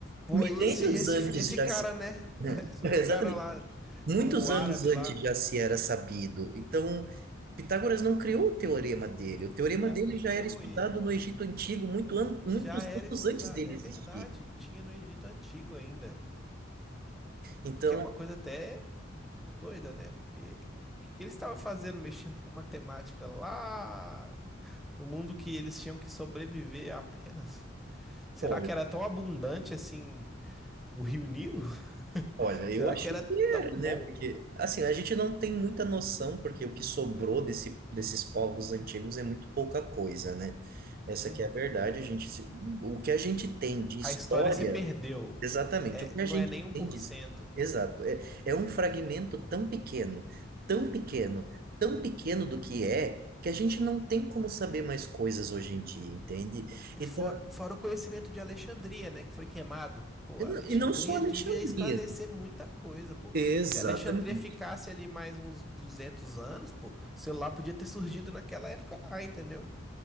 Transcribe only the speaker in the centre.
Foi
esse, esse,
esse
cara,
né?
<laughs> Foi
o
cara lá,
o árabe
lá.
Ele aplicou
ele.
Já
era
estudado.
É
verdade, tinha no Egito Antigo ainda.
Que é uma coisa até doida, né? Porque o que, que eles estavam fazendo mexendo com matemática lá no mundo que eles tinham que sobreviver apenas? Será
que era tão abundante assim o Rio Nilo? <laughs>
Será
que
era tão
bom?
Uhum.
A história se perdeu.
É,
não
é nem um por
cento
E
fora, fora o conhecimento de Alexandria, né, que foi queimado. Pô,
Alexandria
devia esclarecer muita coisa, pô.
Se Alexandria ficasse ali mais uns 200 anos, pô, o celular podia ter surgido naquela época lá, entendeu?